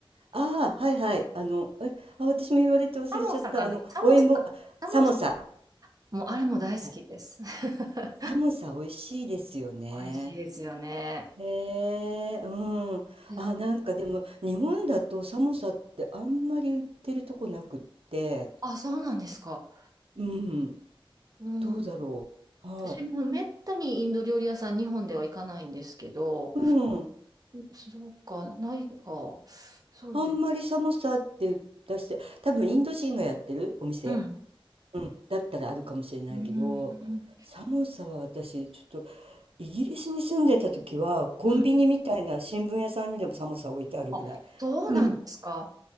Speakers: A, on the right (about 85°); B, on the right (about 40°).
A: ああ、はいはい。あの、え、あ、私も言われて忘れちゃった。
B: サモサかなサモサ、
A: あの、お芋、あ、
B: サモサ、
A: サモサ。
B: もうあれも大好きです。
A: はい
B: <laughs>
A: サモサ美味しいですよね。
B: 美味しいですよね。
A: へえ、うん。
B: いや、
A: あ、なんかでも、日本だと寒さってあんまり売ってるとこなくって、
B: あ、そうなんですか。
A: うん。
B: うん、
A: どうだろう。はい。
B: 私もめったにインド料理屋さん、日本では行かないんですけど、
A: うん。
B: そうか、ないか、そうです。
A: あんまり寒さって出して、多分インド人がやってるお店。
B: うん。
A: うん。だったらあるかもしれないけど、
B: うーん、
A: 寒さは私、ちょっと、イギリスに住んでた時は、コンビニみたいな新聞屋さんにでも寒さ置いてあるぐらい。
B: うん。あ、そうなんですか。
A: うん。